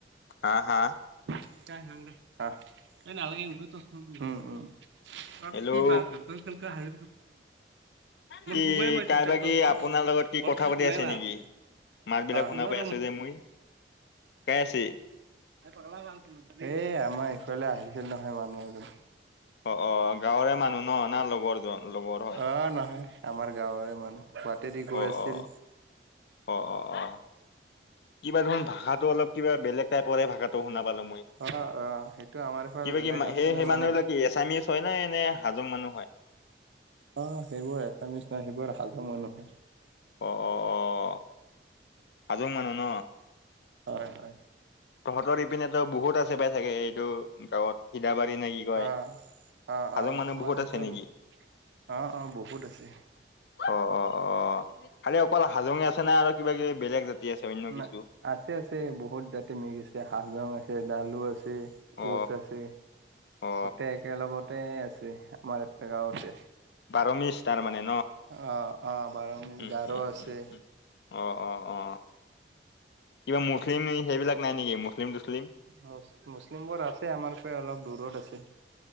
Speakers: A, on the left (about 65°); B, on the right (about 80°).
A: হা হা
B: <unintelligible> ত
A: হেল্ল'
B: কি বালাম তমি কালকৈ হাজ
A: কি
B: কোমাই মাইছে
A: কাইবা
B: তাক
A: কি
B: তক
A: আপোনাৰ লগত কি
B: পত
A: কথা
B: খাললে
A: পাতি
B: কোমাই
A: আছে নেকি মাত বিলাক শুনা
B: ভাল
A: পাই আছো যে মই কাই আছে
B: এই পাগলা এ আমাৰ এইফালে আহি গল নহয় মানুহ এজন
A: অ অ গাঁৱৰে মানুহ ন না লগৰ জন লগৰ হয়
B: অহ নহয় আমাৰ গাঁৱৰে মানুহ বাটেদি গৈ
A: অ
B: আছিল
A: অ অ অ অ কিবা দেখোন ভাষাটো অলপ কিবা বেলেগ টাইপ শুনা পালো মই
B: অ', অ', সেইটো আমাৰ ফালে
A: কিবা
B: বেলেগ
A: কি
B: আছে
A: সেই
B: না
A: সেই
B: মানুহ।
A: মানুহবিলাক কি এছামিচ হয় না এনে হাজং মানুহ হয়
B: অ সেইবোৰ এচামিছ নাই সেইবোৰ হাজং মানুহে।
A: অঁ অঁ অঁ হাজং মানুহ ন
B: হয় হয়
A: তহঁতৰ ইপিনেতো বহুত আছে পাই চাগে এইটো গাঁৱত সিধাবাৰী নে কি কয়
B: অ', অ',
A: হাজং
B: অ',
A: মানুহ
B: আমাৰ
A: বহুত
B: এইফালে
A: আছে নেকি?
B: বহু অ অ বহুত আছে
A: অ অ অ খালি অকল হাজংয়ে আছে না আৰু কিবা কিবি বেলেগ জাতি আছে অন্য
B: না
A: কিছু
B: আছে আছে বহুত জাতি মিক্স আছে হাজং আছে ডালু আছে কোচ
A: অ
B: আছে
A: অ
B: গোটে একেলগতে আছে আমাৰত এটা গাঁওতে
A: বাৰমিচ তাৰমানে
B: অ অ বাৰমিজ
A: উম
B: গাৰো
A: উম
B: আছে।
A: উম উম অহ অ অ কিবা মুছলিম সেইবিলাক নাই নেকি মুছলিম তুছলিম
B: মুচ মুছলিম বোৰ আছে আমাৰ পৰা অলপ দূৰত আছে।